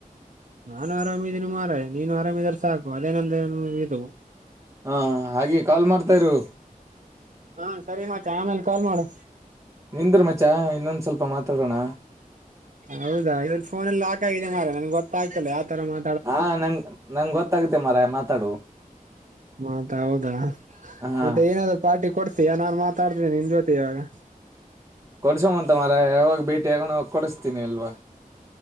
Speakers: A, on the right; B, on the right.
A: ನಾನು ಆರಾಮಿದೀನಿ ಮಾರಯಾ ನೀನು ಆರಾಮಿದ್ರ ಸಾಕು ಅದೇ <unintelligible> ಇದು
B: ಹಾಂ ಹಾಗೆ ಕಾಲ್ ಮಾಡ್ತಾ ಇರು
A: ಹಾ ಸರಿ ಮತ್ತೆ ಆಮೇಲ ಕಾಲ್ ಮಾಡು
B: ನಿಂದ್ರ ಮಚ್ಚಾ ಇನ್ನೊಂದ ಸ್ವಲ್ಪ ಮಾತಾಡೋಣ
A: ಹೌದಾ ಇದಲ್ಲಿ ಫೋನಲ್ಲಿ ಲಾಕ್ ಆಗಿದೆ ಮಾರಾಯಾ ನಂಗೆ ಗೊತ್ತಾಗ್ತಿಲ್ಲ ಯಾವ ತರಾ ಮಾ
B: ಹಾ ನಂಗ ನಂಗ ಗೊತ್ತಾಗತೆ ಮಾರಾಯಾ ಮಾತಾಡು
A: ಮತ್ ಹೌದಾ
B: ಹಾ
A: ಮತ್ತೆ ಏನಾದ್ರು ಪಾರ್ಟಿ ಕೊಡ್ತೀಯಾ ನಾನ್ ಮಾತಾಡ್ತೀನಿ ನಿನ್ ಜೊತೆ ಇವಾಗ
B: ಕೊಡಸುವಂತ ಮಾರಾಯಾ ಯಾವಾಗ ಭೇಟಿ ಆಗೋಣ ಆವಾಗ ಕೊಡಸ್ತೀನಿ ಅಲ್ವಾ